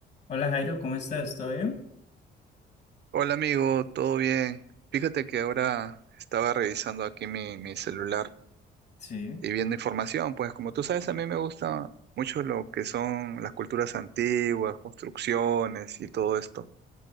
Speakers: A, on the left; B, on the right.
A: Hola Jairo, ¿cómo estás? ¿Todo bien?
B: Hola amigo, ¿todo bien? Fíjate que ahora estaba revisando aquí mi, mi celular
A: Sí,
B: y viendo información, pues como tú sabes, a mí me gusta mucho lo que son las culturas antiguas, construcciones y todo esto.